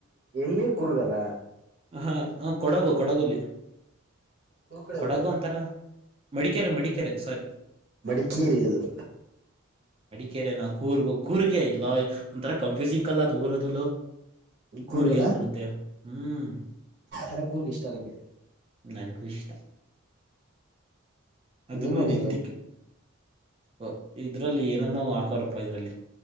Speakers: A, on the right; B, on the right.
A: ಎಲ್ಲಿ ಕುರ್ಗಲ್ಲ
B: ಹಾ ಹ ಕೊಡಗು ಕೊಡಗಲಿ
A: ಕೂರ್ಗ್ ಕಡೆ
B: ಕೊಡಗು
A: ಹೋಗ್ಬೇಕಲ
B: ಅಂತಾರ ಮೆಡಿಕ್ಯಾರ ಮಡಿಕ್ಯಾರ ಸಾರಿ
A: ಮಡಿಕೇರಿ ಅದು
B: ಕರೆ ನ ಕೂರ್ ಕೂರ್ಗೆ ಇಲ್ಲ ಒಂಥರ ಕನ್ಫ್ಯೂಸಿಂಗ ಕಲ್ಲ ಅದು ಊರದ ಕೂರ್ಗೆಲ್
A: ಕೂರ್ಗಲ್ಲ
B: ಬರುತ್ತೆ ಹ್ಮ್
A: ಅರೆ ಕೂರ್ಗ್ ಇಷ್ಟ ನಂಗೆ
B: ನನಕ ಇಷ್ಟ ಅದನ್ನ
A: ಏನ್ ಮಾಡಿದ್ರು
B: ಎೆಂತು ಅ ಇದ್ರಲ್ಲಿ ಏನನ್ನೋ ಹಾಕೋರಪ್ಪ ಇದ್ರಲ್ಲಿ